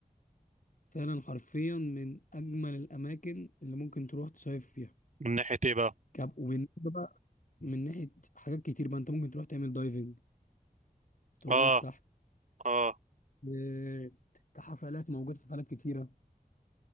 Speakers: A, on the left; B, on the right.
A: فعلا حرفيا من اجمل الاماكن اللي ممكن تروح تصيف فيها
B: من ناحية إيه بقى؟
A: كاب وبالنسبه بقى من ناحيه حاجات كتير بقى انت ممكن تروح تعمل دايفنج تغوص
B: آه
A: تحت
B: آه
A: آه، كحفلات موجوده في حفلات كتيره